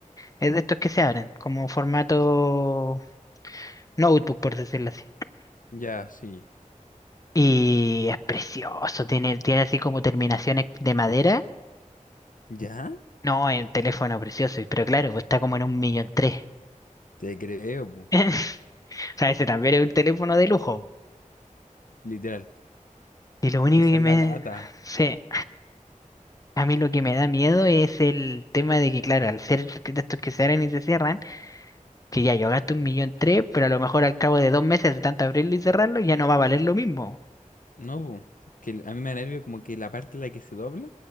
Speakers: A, on the left; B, on the left.
A: es de estos que se abren, como formato notebook, por decirlo así.
B: Ya, sí.
A: Y es precioso, tiene, tiene así como terminaciones de madera.
B: ¿Ya?
A: No, es un teléfono precioso, pero claro, está como en un millón tres.
B: Te creo, po.
A: <laughs> O sea, ese también es un teléfono de lujo.
B: Literal.
A: Y lo único
B: Que esa
A: que
B: es
A: me...
B: la lata.
A: sé, a mí lo que me da miedo es el tema de que, claro, al ser de estos que se abren y se cierran, que ya yo gasto un millón tres, pero a lo mejor al cabo de dos meses de tanto abrirlo y cerrarlo ya no va a valer lo mismo.
B: No, po. Porque a mí me da nervio como que la parte en la que se dobla.